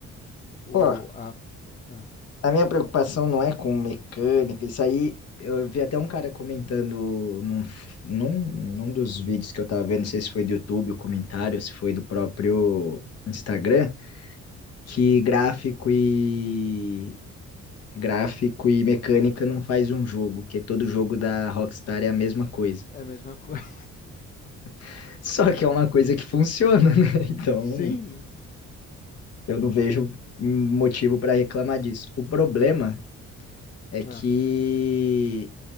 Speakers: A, on the left; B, on the left.
A: O,
B: Ó,
A: a, ah,
B: A minha preocupação não é com mecânica, isso aí eu vi até um cara comentando num, num, num dos vídeos que eu tava vendo, não sei se foi do YouTube o comentário, se foi do próprio Instagram, que gráfico e gráfico e mecânica não faz um jogo, que todo jogo da Rockstar é a mesma coisa.
A: é a mesma coisa.
B: <laughs> Só que é uma coisa que funciona, né? <laughs> Então,
A: <laughs> Sim.
B: eu não vejo motivo para reclamar disso. O problema é que
A: Ah,